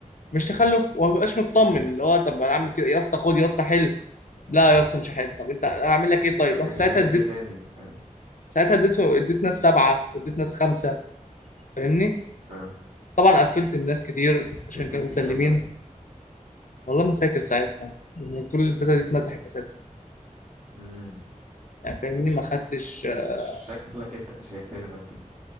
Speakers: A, on the left; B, on the right.
A: مش تخلف وما ببقاش مطمن اللي هو طب انا اعمل كده يا اسطى خد يا اسطى حل لا يا اسطى مش هحل طب انت هعمل لك ايه طيب
B: طب
A: رحت
B: بيعمل
A: ساعتها اديت
B: لك إيه تاني فاهم
A: ساعتها اديت اديت ناس سبعه واديت ناس خمسه فاهمني
B: أه
A: طبعا قفلت الناس كتير عشان
B: اديتني
A: كانوا مسلمين
B: كام بقى
A: والله ما فاكر ساعتها ان كل الداتا دي اتمسحت اساسا
B: مم.
A: يعني فاهمني
B: ماشي
A: ما خدتش لا
B: شكلك أنت اللي شايلتني مادة